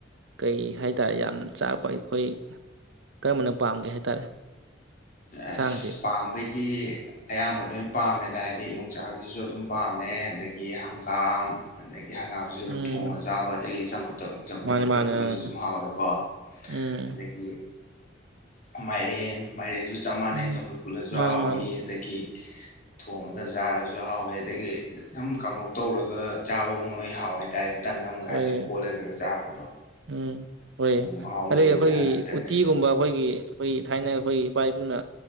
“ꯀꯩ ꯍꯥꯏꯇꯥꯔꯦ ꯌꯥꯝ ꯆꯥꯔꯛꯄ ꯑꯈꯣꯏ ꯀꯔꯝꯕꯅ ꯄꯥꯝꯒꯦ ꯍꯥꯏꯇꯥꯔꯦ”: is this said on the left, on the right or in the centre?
Right